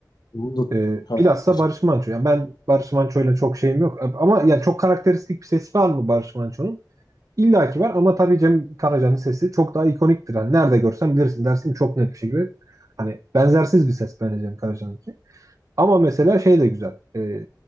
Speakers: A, on the left; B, on the right.
A: Bunun da
B: Ee,
A: kardeşi.
B: bilhassa Barış Manço. Yani ben Barış Manço'yla çok şeyim yok. Ama yani çok karakteristik bir sesi var mı Barış Manço'nun? İlla ki var ama tabii Cem Karaca'nın sesi çok daha ikoniktir. Yani nerede görsen bilirsin dersin ki çok net bir şekilde. Hani benzersiz bir ses bence Cem Karaca'nınki. Ama mesela şey de güzel. Ee,